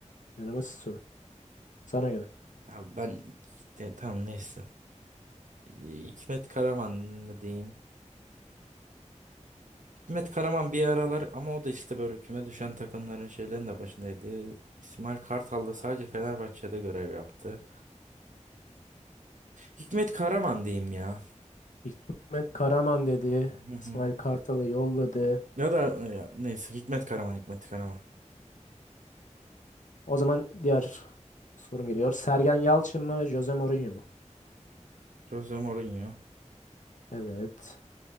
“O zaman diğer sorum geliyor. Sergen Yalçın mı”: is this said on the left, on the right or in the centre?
Left